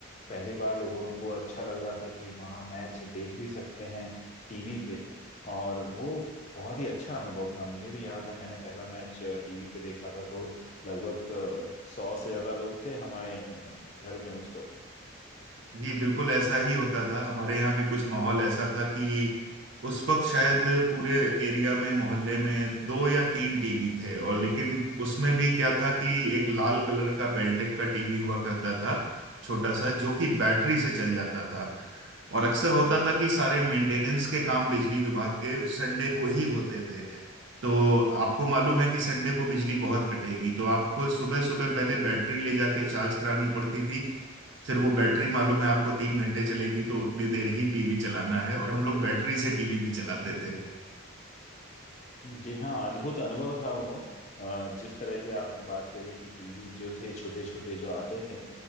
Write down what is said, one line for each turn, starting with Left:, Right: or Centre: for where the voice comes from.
Left: पहली बार लोगों को अच्छा लग रहा था कि वहाँ मैच देख भी सकते हैं टीवी पे और वो बहुत ही अच्छा अनुभव था मुझे भी याद है मैंने पहला मैच टीवी पे देखा था तो लगभग सौ से ज्यादा लोग थे हमारे अ, घर में उस वक्त
Right: जी बिल्कुल ऐसा ही होता था हमारे यहाँ भी कुछ माहौल ऐसा था कि उस वक्त शायद पूरे एरिया में मोहल्ले में दो या तीन टीवी थे और लेकिन उसमें भी क्या था कि एक लाल कलर का बेल्टेक का टीवी हुआ करता था छोटा सा जो कि बैटरी से चल जाता था और अक्सर होता था कि सारे मेंटेनेंस के काम बिजली विभाग के संडे को ही होते थे तो आपको मालूम है कि संडे को बिजली बहुत कटेगी तो आपको सुबह सुबह पहले बैटरी ले जाके चार्ज करानी पड़ती थी फिर वो बैटरी मालूम है आपको तीन घंटे चलेगी तो उतनी देर ही टीवी चलाना है और हम लोग बैटरी से टीवी भी चलाते थे
Left: जी हाँ अद्भुत अनुभव था वो अ, जिस तरह की आपने बात करी कि टीवी जो थे छोटे छोटे जो आते थे